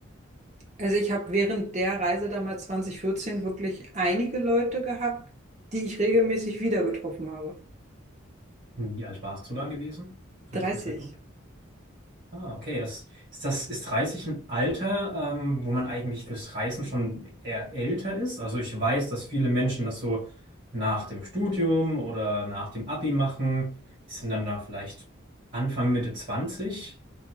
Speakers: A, on the right; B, on the right.
A: Also ich habe während der Reise damals 2014 wirklich einige Leute gehabt, die ich regelmäßig wieder getroffen habe.
B: Hm, Wie alt warst du da gewesen zu
A: 30.
B: diesem Zeitpunkt? Ah, okay. Ist, ist das, ist Reisen ein Alter, ähm, wo man eigentlich fürs Reisen schon eher älter ist? Also ich weiß, dass viele Menschen das so nach dem Studium oder nach dem Abi machen. Die sind dann da vielleicht Anfang, Mitte 20.